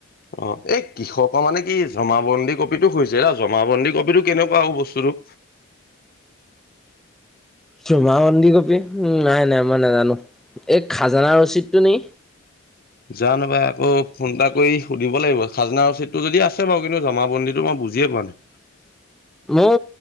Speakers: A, on the left; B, in the centre.
A: অ এই কৃষকৰ মানে কি জমাাবন্দী কপ টো খুইছে এৰা জমাাবন্দী কপ টো কেনেকুৱা বস্তু আৰু
B: জোমা মন্দি কপি উম নাই নাই মই নাজানো এই খাজানা ৰচিদটো নিে
A: জানো বাই আকৌ ফোনটা কৰি সুধিব লাগিব খাজনা ৰচিদটো যদি আছে বাৰু কিন্তু জমাাবন্দীটো মই বুজিয়ে পোৱা নাই
B: মও